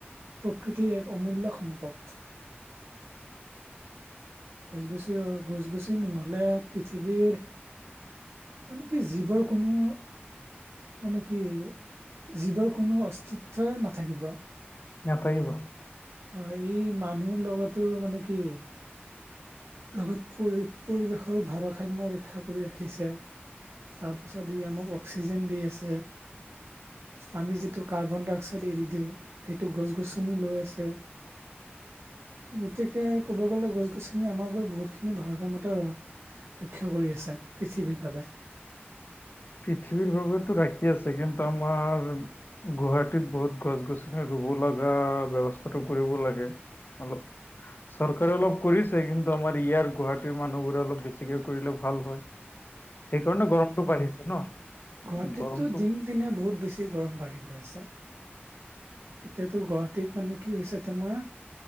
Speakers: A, on the right; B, on the left.
A: প্ৰকৃতিৰ এক অমূল্য সম্পদ। গছ গছ, অ গছ- গছনি নহলে পৃথিৱীৰ মানে কি জীৱৰ কোনো মানে কি, জীৱৰ কোনো অস্তিত্বই নাথাকিব
B: নাথাকিব।
A: হয় ই মানুহ লগতো মানে কি লগত পৰি -পৰিবেশৰো ভাৰসাম্যৰ ৰক্ষা কৰি ৰাখিছে তাৰ পাছত ই আমাক অক্সিজেন দি আছে, আমি যিটো কাৰ্বন -ডাই -অক্সাইড এৰি দিওঁ সেইটো গছ-গছনি লৈ আছে, গতিকে কব গলে গছ -গ ছনিয়ে আমাৰ বাবে বহুতখিনি ভাৰসাম্যতা ৰক্ষা কৰি আছে পৃথিৱীৰ বাবে।
B: পৃথিৱীৰ বাবেতো ৰাখি আছে, কিন্তু আমাৰ গুৱাহাটীত বহুত গছ -গছনি ৰুব লগা ব্যৱস্থাটো কৰিব লাগে। অলপ চৰকাৰে অলপ কৰিছে, কিন্তু আমাৰ ইয়াৰ গুৱাহাটীৰ মানুহবোৰে অলপ বেছিকে কৰিলে ভাল হয়। সেইকাৰণে গৰমতটো বাঢ়িছে। ন
A: গুৱাহাটীতো
B: গৰমটো
A: দিন -দিনে বহুত বেছি গৰম বাঢ়ি গৈ আছে। এতিয়াতো গুৱাহাটীত মানে কি হৈছে তোমাৰ